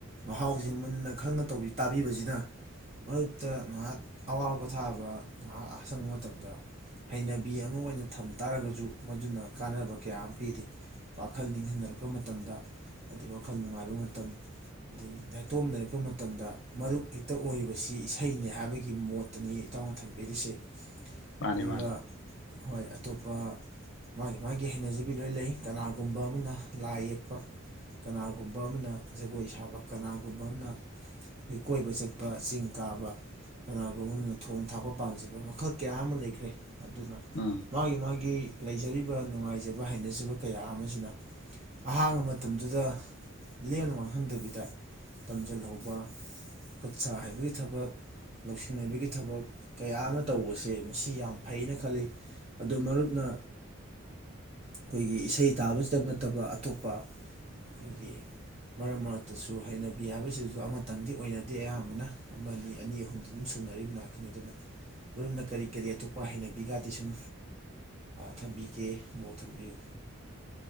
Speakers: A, on the right (about 30°); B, on the left (about 60°).
A: ꯃꯍꯥꯎꯁꯤ ꯖꯤ ꯃꯨꯟꯅ ꯈꯪꯅ ꯇꯧꯕꯤ ꯇꯥꯕꯤꯕꯖꯤꯅ ꯃꯔꯨꯞꯇ ꯉꯍꯥꯛ ꯑꯋꯥꯕꯄꯣꯊꯥꯕ ꯉꯥꯍꯥꯛ ꯑꯁꯪꯕ ꯃꯇꯝꯗ ꯍꯩꯅꯕꯤ ꯑꯃ ꯑꯣꯏꯅ ꯊꯝ ꯇꯥꯔꯒꯖꯨ ꯃꯗꯨꯅ ꯀꯥꯟꯅꯕ ꯀꯌꯥ ꯑꯃ ꯄꯤꯔꯤ ꯋꯥꯈꯜ ꯅꯤꯡꯍꯟꯅꯔꯛꯄ ꯃꯇꯝꯗ ꯑꯗꯩ ꯋꯥꯈꯜ ꯅꯨꯡꯉꯥꯏꯕ ꯃꯇꯝ ꯑꯩ <unintelligible> ꯃꯇꯝꯗ ꯃꯔꯨꯞ ꯍꯦꯛꯇ ꯑꯣꯏꯔꯤꯕꯁꯤ ꯏꯁꯩꯅꯦ ꯍꯥꯏꯕꯒꯤ ꯃꯣꯠꯇꯅꯤ ꯏꯇꯥꯎꯅ ꯊꯝꯕꯤꯔꯤꯁꯦ
B: ꯃꯥꯅꯤ
A: ꯑꯗꯨꯒ
B: ꯃꯥꯅꯤ
A: ꯍꯣꯏ ꯑꯇꯣꯞ ꯄ ꯃꯥꯒꯤ ꯃꯥꯒꯤ ꯍꯩꯅꯖꯕꯤ ꯂꯣꯏ ꯂꯩ ꯀꯅꯥꯒꯨꯝꯕ ꯑꯃꯅ ꯂꯥꯏ ꯌꯦꯛꯄ ꯀꯅꯥꯒꯨꯝꯕ ꯑꯃꯅ ꯖꯒꯣꯏ ꯁꯥꯕ ꯀꯅꯥ <unintelligible> ꯀꯣꯏꯕ ꯆꯠꯄ ꯆꯤꯡ ꯀꯥꯕ ꯀꯅꯥꯒꯨꯝꯕ ꯑꯃꯅ ꯊꯣꯡ ꯊꯥꯛꯄ ꯄꯥꯝꯖꯕ ꯃꯈꯜ ꯀꯌꯥ ꯑꯃ ꯂꯩꯈ꯭ꯔꯦ ꯑꯗꯨꯅ
B: ꯎꯝ
A: ꯃꯥꯒꯤ ꯃꯥꯒꯤ ꯂꯩꯖꯔꯤꯕ ꯅꯨꯡꯉꯥꯏꯖꯕ ꯍꯩꯅꯖꯕ ꯀꯌꯥ ꯑꯃꯁꯤꯅ ꯑꯍꯥꯡꯕ ꯃꯇꯝꯗꯨꯗ ꯂꯦꯝꯅ ꯃꯥꯡꯍꯟꯗꯕꯤꯗ ꯇꯝꯁꯤꯜꯍꯧꯕ ꯈꯨꯠ ꯁꯥ ꯍꯩꯕꯒꯤ ꯊꯕꯛ ꯂꯧꯁꯤꯡ ꯍꯩꯕꯒꯤ ꯊꯕꯛ ꯀꯌꯥ ꯑꯃ ꯇꯧꯕꯁꯦ ꯃꯁꯤ ꯌꯥꯝ ꯐꯩꯅ ꯈꯜꯂꯤ ꯑꯗꯨ ꯃꯔꯨꯞꯅ ꯑꯈꯣꯏꯒꯤ ꯏꯁꯩ ꯇꯥꯕꯁꯤꯇ ꯅꯠꯇꯕ ꯑꯇꯣꯞꯄ ꯑꯈꯣꯏꯒꯤ ꯃꯔꯛ ꯃꯔꯛꯇꯁꯨ ꯍꯩꯅꯕꯤ ꯍꯥꯏꯕꯁꯤꯗꯁꯨ ꯑꯃꯇꯪꯗꯤ ꯑꯣꯏꯅꯗꯦ ꯑꯌꯥꯝꯕꯅ ꯑꯃ ꯑꯅꯤ ꯑꯍꯨꯝꯗꯨꯝ ꯁꯨꯅꯔꯤꯕ ꯑꯗꯨꯅ ꯂꯝꯅ ꯀꯔꯤ ꯀꯔꯤ ꯑꯇꯣꯞꯄ ꯍꯩꯅꯕꯤꯒꯗꯤ ꯁꯨꯝ ꯊꯝꯕꯤꯒꯦ ꯃꯣꯠ ꯊꯝꯕꯤꯌꯨ